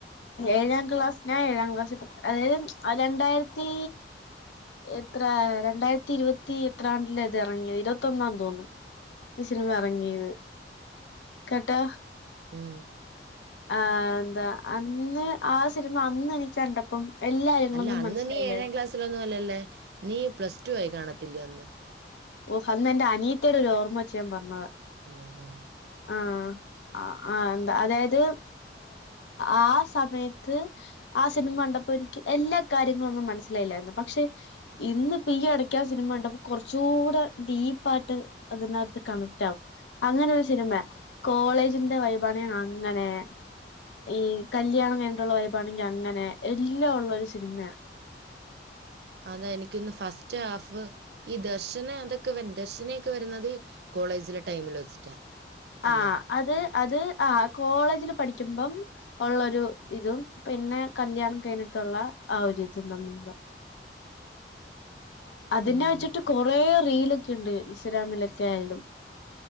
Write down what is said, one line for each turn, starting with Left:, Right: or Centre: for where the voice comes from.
Left: ഏഴാം ക്ലാസ് ഞാൻ ഏഴാം ക്ലാസ് അതായത് രണ്ടായിരത്തി എത്ര രണ്ടായിരത്തി ഇരുപത്തി എത്രാണ്ടില അത് ഇറങ്ങിയത് ഇരുപത്തൊന്നാ തോന്നുന്നു ഈ സിനിമ അറങ്ങീത് ട്ടാ
Right: ഉം
Left: ആഹ് ന്താ അന്ന് ആ സിനിമ അന്ന് എനിക്ക് കണ്ടം ഇപ്പം എല്ലായെങ്ങങ്ങും
Right: അല്ല അന്ന്
Left: മനസ്സിലായില്ല
Right: നീ <unintelligible> അല്ലല്ലേ നീ പ്ലസ് ടു ആയി കാണത്തില്ലേ അന്ന്
Left: ഓ അന്ന് എന്റെ അനീത്തിയുടെ ഒരു ഓർമ്മ വച്ചു പറഞ്ഞത
Right: ഉം ഉം
Left: ആഹ് ആഹ് ആഹ് എന്താ അതായത് ആഹ് സമയത്ത് ആഹ് സിനിമ കണ്ടപ്പോ എനിക്ക് എല്ലാ കാര്യങ്ങളും ഒന്നും മനസ്സിലായില്ലാ പക്ഷെ ഇന്ന് ഇപ്പ ഈ എടക്കാ സിനിമ കണ്ടപ്പൊ കൊറച്ച് ദൂട ഡീപ്പാട്ട് അതിനകത്ത് കണക്ട് ആകും അങ്ങനെ ഒരു സിനിമ കോളേജിന്റെ വൈബാണെൽ അങ്ങനെ ഈ കല്യാണം കഴിഞ്ഞട്ടുള്ള വൈബാണെങ്കിൽ അങ്ങനെ എല്ലാം ഉള്ള ഒരു സിനിമ
Right: അതാ എനിക്കിന്ന് ഫസ്റ്റ് ഹാഫ് ഈ ദർശനം അതൊക്കെ വ ദർശനൊക്കെ വരുന്നത് കോളേജിലെ ടൈമില് വെച്ചിട്ടാ
Left: ആഹ്
Right: അല്ലേ?
Left: അത് അത് ആഹ് കോളേജില് പഠിക്കുമ്പം ഉള്ളൊരു ഇതും പിന്നെ കല്യാണം കഴിഞ്ഞിട്ടുള്ള ആഹ് ഒരു ഇതും തമ്മിലുള്ള അതിനെ
Right: ഉം.
Left: വെച്ചിട്ട് കുറെ റീലൊക്കെ ഉണ്ട് ഇൻശരാമിലൊക്ക ആലും